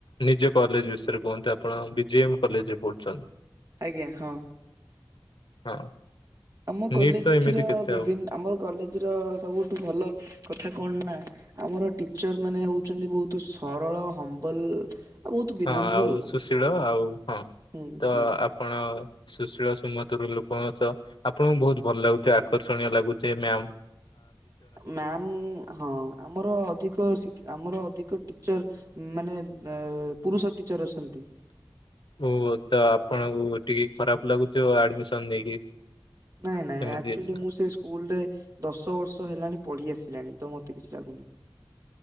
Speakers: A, on the left; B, on the right.
A: ନିଜ କଲେଜ ବିଷୟରେ କୁହନ୍ତୁ ଆପଣ ବି ଜି ଏମ୍ କଲେଜରେ ପଢ଼ୁଛନ୍।
B: ଆଜ୍ଞା ହଁ।
A: ହଁ।
B: ଆମ କଲେଜର
A: ନିଟ୍ ତ ଏମିତି କେତେ
B: ବିଭିନ୍
A: ଆଉ
B: ଆମ କଲେଜର ସବୁଠୁ ଭଲ କଥା କଣ ନା ଆମର ଟିଚର ମାନେ ହଉଛନ୍ତି ବହୁତୁ ସରଳ ହମ୍ବଲ। ଆ ବହୁତୁ ବିନମ୍ର
A: ହଁ ଆଉ
B: ଲୋକ
A: ସୁଶୀଳ ଆଉ ହଁ
B: ହୁଁ
A: ତ
B: ହୁଁ।
A: ଆପଣ ସୁଶୀଳ ସୁମଧୁର ଲୋକଙ୍କ ସହ ଆପଣଙ୍କୁ ବହୁତ ଭଲ ଲାଗୁଥ ଆକର୍ଷଣୀୟ ଲାଗୁଚେ ମ୍ୟାମ।
B: ମ୍ୟାାମ ହଁ ଆମର ଅଧିକ ସିକ୍ ଆମର ଅଧିକ ଟିଚର ମାନେ ଆ ପୁରୁଷ ଟିଚର ଅସନ୍ତି।
A: ଓ ତ ଆପଣଙ୍କୁ ଟିକେ ଖରାପ ଲାଗୁଥୁବ ଆଡ଼ମିସନ ନେଇକି।
B: ନାଇଁ ନାଇଁ
A: ସେମିତି
B: ଆକ୍ଚୁଆଲି
A: କିଛି ନାହିଁ।
B: ମୁଁ ସେ ଉଲରେ ଦଶ ବର୍ଷ ହେଲାଣି ପଢ଼ି ଆସିଲାଣି ତ ମତେ କିଛି ଲାଗୁନି।